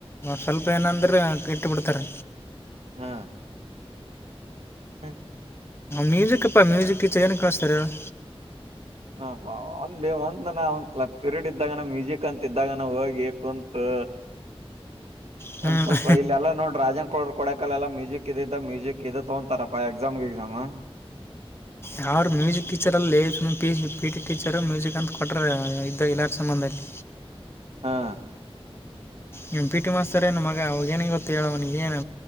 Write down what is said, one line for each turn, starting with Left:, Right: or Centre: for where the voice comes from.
Left: ಸ್ವಲ್ಪ ಏನಂದ್ರೆ ಕೆಟ್ಟು ಬಿಡ್ತಾರೆ
Right: ಹಾ ಹ್ಮ
Left: ಮ್ಯೂಜಿಕ್ಪ್ಪಾ ಮ್ಯೂಜಿಕ್ ಚೈನ್ ಕಳಿಸ್ತಾರೇನ್
Right: ಹಾ ಅಪ್ಪ ಅಲ್ಲೇ ಒಂದಾನ ಕ್ಲಬ್ ಪಿರಿಯಡ್ ಇದ್ದಾಗ ನ ಮ್ಯೂಸಿಕ್ ಅಂತ ಇದಿದ್ದಾಗ ನ ಹೋಗಿ ಕುಂತು
Left: ಹ್ಞೂ
Right: ಒಂದ್ ಸ್ವಲ್ಪ ಇಲ್ಲೆಲ್ಲಾ ನೋಡ್ರ ರಾಜನ್ ಕೊಡರು ಕೊಡಕಲ್ಲ ಎಲ್ಲ ಮ್ಯೂಸಿಕ್ ಇದಿದ್ದ ಮ್ಯೂಸಿಕ್ ಇದೆ ತಗೊತಾರಪ್ಪ ಪ ಎಕ್ಸಾಮ್ಗೆ ಎಕ್ಸಾಮಾ
Left: ಯಾರ ಮ್ಯೂಸಿಕ್ ಟೀಚರಲ್ಲಿ ಸುಮ್ಮ ಪಿ ಟಿ ಟೀಚರು ಮ್ಯೂಸಿಕ್ ಅಂತ ಕೊಟ್ಟ್ರ ಇದ್ದ ಇಲ್ಲಾರ ಸಂಬಂಧಅಲ್ಲಿ
Right: ಹಾ
Left: ಇವ್ನು ಪಿ ಟಿ ಮಾಸ್ತರ ಏನ್ ಮಗ ಏನಿ ಗೊತ್ತ ಹೇಳವನಿಗೆ ಏನ